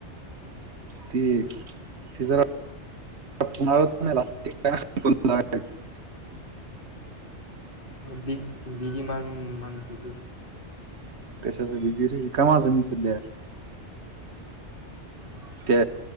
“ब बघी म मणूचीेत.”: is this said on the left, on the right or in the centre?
Left